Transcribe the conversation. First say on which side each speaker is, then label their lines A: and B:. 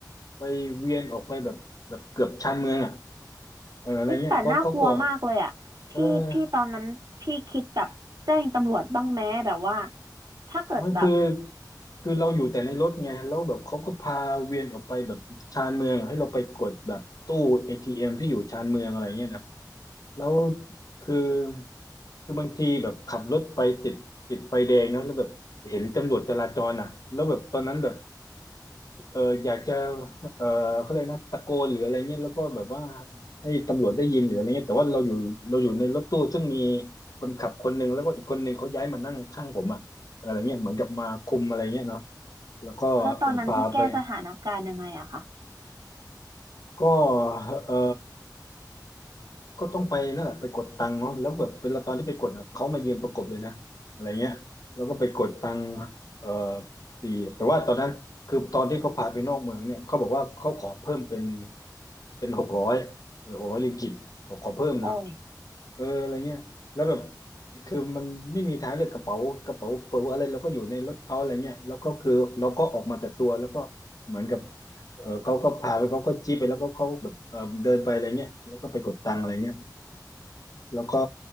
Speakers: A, on the left; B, on the right.
A: ไปเวียนออกไปแบบแบบเกือบชานเมืองอ่ะเอออะไรเงี้ยเพราะเขากลัว
B: เฮ้ยแต่น่ากลัวมากเลยอ่ะพี่พี่ตอนนั้นพี่คิดแบบแจ้งตำรวจบ้างไหมแบบว่า
A: เออ
B: ถ้าเกิดแบบ
A: มันคือคือเราอยู่แต่ในรถไงแล้วแบบเขาก็พาเวียนออกไปแบบชานเมืองอะให้เราไปกดแบบตู้เอทีเอ็ m ที่อยู่ชานเมืองอะไรเงี้ยนะแล้วคือคือบางทีแบบขับรถไปติดติดไฟแดงเนาะแล้วแบบเห็นตำรวจจราจรอ่ะแล้วแบบตอนนั้นแบบ เอออยากจะเออเขาเรียกนะตะโกนหรืออะไรเงี้ยแล้วก็แบบว่าให้ตำรวจได้ยินหรืออะไรเงี้ยแต่ว่าเราอยู่เราอยู่ในรถตู้ซึ่งมีคนขับคนหนึ่งแล้วก็อีกคนหนึ่งเขาย้ายมานั่งข้างผมอะอะไรเงี้ยเหมือนกับมาคุมอะไรเงี้ยเนาะแล้วก็เออพาไป
B: แล้วตอนนั้นพี่แก้สถานการณ์ยังไงอะคะ
A: ก็เออก็ต้องไปนั่นแหละไปกดตังค์เนาะแล้วแบบเวลาตอนที่ไปกดอะเขามายืนประกบเลยนะอะไรเงี้ยแล้วก็ไปกดตังค์เออปีแต่ว่าตอนนั้นคือตอนที่เขาพาไปนอกเมืองเนี่ยเขาบอกว่าเขาขอเพิ่มเป็น เป็นหกร้อยเออหกร้อยริงกิตบอกขอเพิ่มเนาะ
B: โอ้ย
A: เอออะไรเงี้ยแล้วแบบคือมันไม่มีทางเลือกกระเป๋ากระเป๋าเป๋าอะไรเราก็อยู่ในรถเขาอะไรเงี้ยแล้วก็คือเราก็ออกมาแต่ตัวแล้วก็เหมือนกับเออเขาก็พาไปเขาก็จี้ไปแล้วก็เขาแบบเออเดินไปอะไรเงี้ยแล้วก็ไปกดตังค์อะไรเงี้ย แล้วก็